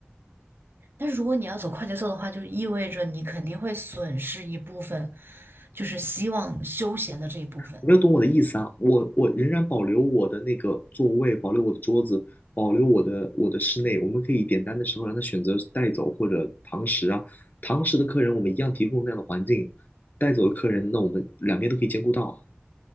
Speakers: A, on the right; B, on the left.
A: 但是如果你要走快节奏的话，就意味着你肯定会损失一部分，就是希望休闲的这一部分。
B: 你要懂我的意思啊！我我仍然保留我的那个座位，保留我的桌子，保留我的我的室内。我们可以点单的时候让他选择带走或者堂食啊。堂食的客人我们一样提供那样的环境，带走的客人那我们两边都可以兼顾到啊。